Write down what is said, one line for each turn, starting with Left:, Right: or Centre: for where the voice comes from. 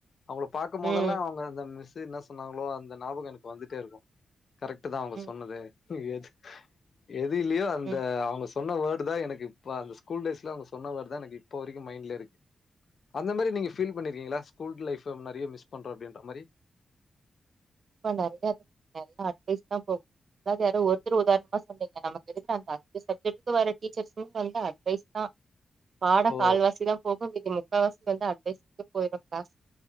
Left: அவங்கள பாக்கும்போதெல்லா
Right: ம்
Left: அவங்க அந்த மிஸ் தி நஸ் சொன்னாங்களோ அந்த நாபக எனக்கு வந்துட்டே இருக்கு கரக்ட்டுதா அவங்க
Right: ம்
Left: சொன்னதே ஹு எதுக் எது இல்யோ அந்த
Right: ம்
Left: அவ்ங்கஸ் சொன்ன வேடு தா எனக்கு இப்ப அந்த ஸகூல் டேஸ்ல அவ்ங்க சொன்ன வேட் தா எனக்கு இப்போ வரைக்கு மைண்ட்லே இருக் அந்த மாரி நீங்க ஃபீல் பன்னிருக்கீங்களா ஸ்கூல்ட் லைஃப்ஃப நறிய மிஸ் பண்றோ அப்டின்ற மாரி
Right: இப்ப நிறைய நல்லா அட்வைஸ் தான் போகும் அதாவது யாரோ ஒருத்தர் உதாரணமா சொன்னீங்க நமக்கு எடுத்த அந்த அஞ்சு சப்ஜெக்ட்க்கும் வர டீச்சர்ஸ் வந்து பண்ண அட்வைஸ் தான் பாடம்
Left: ஓ
Right: கால்வாசிதான் போகும் மீதி முக்கா வாசி வந்து அட்வைஸுக்கு போயிரும் கிளாசு